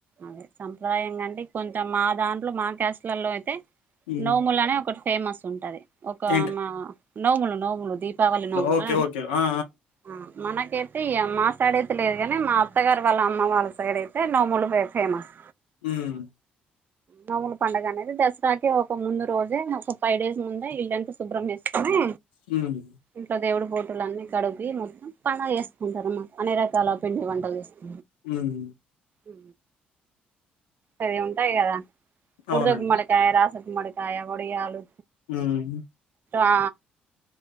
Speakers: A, on the right; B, on the left.
A: అదే సంప్రదాయ కంటే కొంత మా దాంట్లో మా క్యాస్లలో అయితే
B: హ్మ్.
A: నోములు అనే ఒకటి ఫేమస్ ఉంటది ఒక
B: ఏంటి?
A: మా నోములు నోము దీపావలీ నోములు
B: ఓకే. ఓకే. ఆ!
A: ఆ మన కేతి మా సైడ్ అయితే లేదు కాని మా అత్తగారు వాళ్ళ అమ్మ వాళ్ళ సైడ్ అయితే నోములు ఫేమస్
B: హ్మ్
A: నోముల పండుగ అనేది దసరాకి ఒక ముందు రోజే ఒక ఫైవ్ డేస్ ముందే ఇల్ళంతా శుభ్రంస్తారు కొని
B: హ్మ్.
A: ఇంట్లో దేవుడు బోటులన్నీ కడిపి మొత్తం పన చేస్తుంటారున్నమాట అనే రకాల పిండి వంటలు చేస్తు
B: హ్మ్
A: ఉ అది ఉంటాయి కదా బడదకు
B: అవునండి.
A: గుమ్మడికాయ రాసే గుమ్మడికాయ వడియాలు
B: హ్మ్.
A: అ